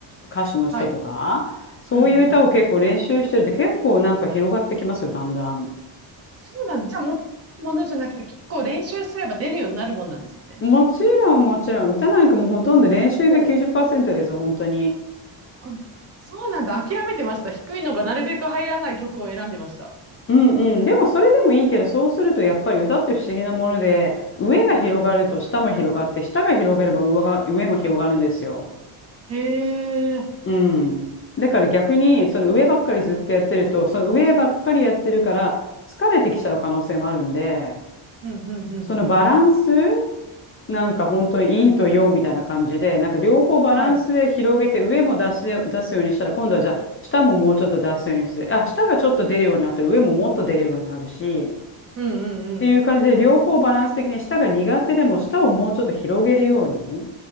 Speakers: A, on the left (about 30°); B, on the right (about 30°).
A: 歌手の人とか、
B: はい。
A: そういう歌を結構練習してると結構なんか広がってきますよ、
B: うんうん。
A: だんだん。
B: そうなんだ。じゃあ、もとものじゃなくて、結構練習すれば出るようになるもんなんですね。
A: もちろん、もちろん、歌なんかもうほとんど練習が90%
B: おお。
A: ですよ、本当に。
B: あそうなんだ。諦めてました。低いのがなるべく入らない曲を選んでました。
A: うんうん。でもそれでもいいけど、そうするとやっぱり歌って不思議なもので、
B: うん。
A: 上が広がると下も広がって、
B: うん。
A: 下が広がれば上が、上も広がるんですよ。
B: へえ。
A: うん。だから逆に、その上ばっかりずっとやってると、
B: うん。
A: その上ばっかりやってるから、疲れてきちゃう可能性もあるんで、
B: うん。うん。うん。うん。
A: そのバランス、
B: うん。
A: なんか本当に陰と陽みたいな感じで、
B: うん
A: なんか両方バランスで広げて、
B: はい。
A: 上も出すよ、出すようにしたら、今度はじゃあ、下ももうちょっと出すようにする。あ、下がちょっと出るようになったら、上ももっと出るようになるし、
B: うん。うん。
A: っていう感じで、
B: うん。
A: 両方バランス的に、下が苦手でも、下をもうちょっと広げるように、